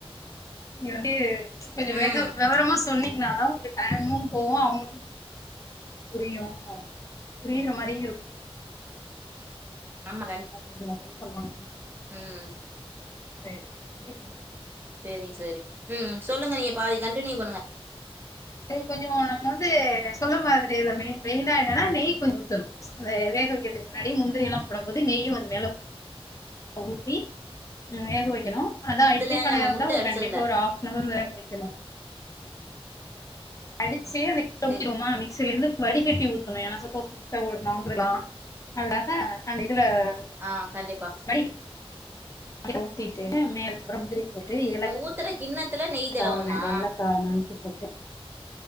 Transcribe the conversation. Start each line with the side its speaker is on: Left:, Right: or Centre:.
Left: நீங்க வந்து கொஞ்சோ
Right: ம்
Left: வேக வெவரமா சொன்னீங்கன்னாதா கொஞ்சோ டைமு போவு அவங்களு புரியு புரியற மாரியு இருக்
Right: ஆமா கண்
Left: எல்லாமே சொல்றாங்
Right: ம்
Left: சரி சரி
Right: சேரி சேரி ம் சொல்லுங்க நீங்க பாதி கண்டினியூ பண்ணுங்க
Left: நெய் கொஞ்ச வோனு போது சொல்ல மரத்துட்ட இதுல மெய் மெயின்னா என்னன்னா நெய் கொஞ்சோ ஊத்தணு சே வேக வைக்கறதுக்கு முன்னாடி முந்திரில்லா போடும் போது நெய்யு அதுமேல ஊத்தி வேக வைக்கணு அதா
Right: இதுல
Left: இட்லி பானையா
Right: நம்ம
Left: இருந்தா
Right: முட்ட
Left: ஒரு
Right: அடிச்சதுல
Left: கண்டிப்பா ஒரு ஆஃப் னவர் வேகவைக்கணு அடிச்சு மிக் ஊத்திடுவோமா
Right: சேரி
Left: மிக்சில இருந்து வடிகட்டி ஊத் ஏனா சப்போஸ் முட்ட ஓட்னா கூட இர்கலா அதனால அந்த இதுல
Right: ஆ கண்டிப்பா
Left: <inaudible> ஊத்திட்டு மேற்புரா முதிரி போட்டு ஏலக்
Right: உத்தர கின்னத்துல நெய்
Left: கா
Right: தடவணுமா
Left: ரெண்டு ஏலக்கா நருக்கி போட்டு